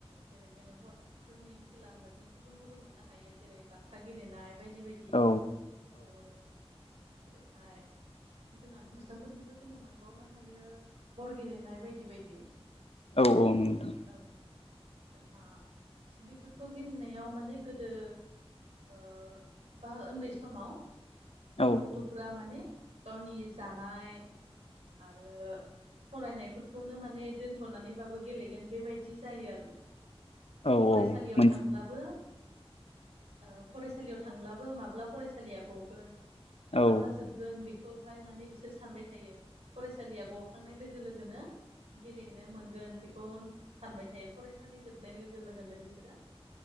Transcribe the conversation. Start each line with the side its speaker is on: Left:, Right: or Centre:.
Right: जेरै जोङो हौवासाफोरनि खेला होनबा जों गुबुन गुबुन मोननो हायो जेरै बाथा गेलेनाय। बायदि बायदि
Left: औ
Right: औ। जेरैहाय जोंहा हिन्जावसाफोरनिबो जोङो मोनबावनो हायो गर गेलेनाय बायदि बायदि।
Left: औ औ नोंगो नोंथा।
Right: औ जोंहा बेफोरखौ गेलेनायाव माने गोदो ओ बा उन्दै समाव
Left: औ
Right: गथ'फ्रा माने गावनि जानाय आरो फरायनायफोरखौनो माने दोनथ' थ'नानैबाबो गेलेगोन बेबायदि जायो आरो।
Left: औ
Right: फरायसालियाव
Left: औ मोनसे
Right: थांब्लाबो ओ फरायसालियाव थांब्लाबो माब्ला फरायसालिया गगोन माब्ला
Left: औ
Right: जोबगोन बेख खौहाय माने बिसोर सानबाय थायो फरायसालिया गखांनाय लोगो लोगोनो गेलेन मोनगोन बेखौ सानबाय थायो फरायसालि जोबनाय लोगो लोगोनो बिसोरो